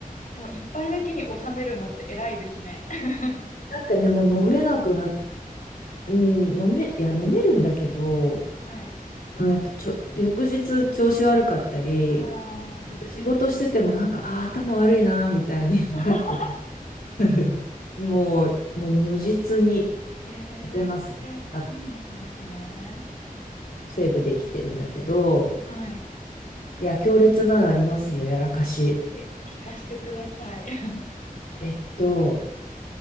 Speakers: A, on the left; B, on the left.
A: でも一杯だけに収めるのって偉いですね。<laughs>
B: なんかね、もう飲めなくなっ、うん、飲め、いや、飲めるんだけど、
A: はい。
B: うんやっぱちょ、翌日調子悪かったり、
A: あー。
B: なんか仕事しててもなんか、あー、頭悪いなーみたいに <laughs>
A: <laughs>
B: なることある。もう、もう如実に
A: えー、
B: 出ますね。だから
A: そうなんですね。
B: セーブできてるんだけど、
A: はい。
B: いや、強烈なのありますよ、やらかし。
A: え、聞かせてください。<laughs>
B: えっと、